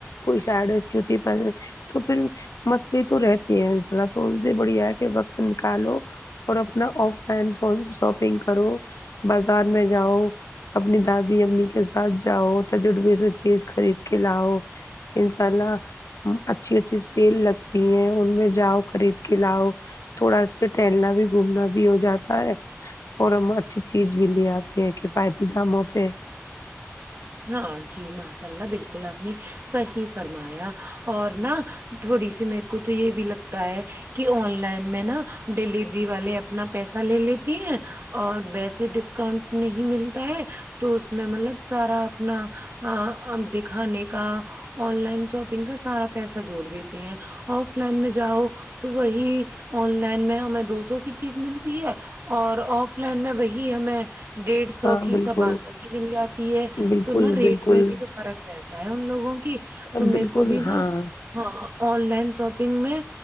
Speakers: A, on the left (about 85°); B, on the right (about 50°).
A: کوئی ساڈ ایسی ہوتی پہلے تو پھر مسئلے تو رہتے ہیں انس تو ان سے بڑھیا کہ وقت نکالو اور اپنا آف لائن شاپنگ کرو بازار میں جاؤ اپنی دادی امی کے ساتھ جاؤ تجربہ سے چیز خرید کے لاؤ انشاء اللہ اچھی اچھی سیل لگتی ہیں ان میں جاؤ خرید کے لاؤ تھوڑا اسے ٹہلنا بھی گھومنا بھی ہو جاتا ہے اور اماں نہ اچھی چیز بھی لے آتے یہ کفایتی داموں پہ
B: ہاں جی ماشاء اللہ بالکل آپ نے صحیح فرمایا اور نا تھوڑی سی میرے کو تو یہ بھی لگتا ہے کہ آن لائن میں نا ڈیلیوری والے اپنا پیسہ لے لیتی ہیں اور ویسے ڈسکاؤنٹ نہیں ملتا ہے تو اس میں مطلب سارا اپنا آ دکھانے کا آن لائن شاپنگ کا سارا پیسہ جوڑ دیتے ہیں آف لائن میں جاؤ تو وہی آن لائن میں ہمیں دو سو کی چیز ملتی ہے اور آف لائن میں وہی ہمیں ڈیڑھ سو
A: ہاں
B: کی
A: بالکل
B: سبا سو کی مل جاتی ہے
A: بالکل
B: تو نہ ریٹ
A: بالکل
B: میں بھی تو فرق رہتا ہے ان لوگوں کی تو
A: بالکل
B: میرے کو بھی نا
A: ہاں
B: ہاں آن لائن شاپنگ میں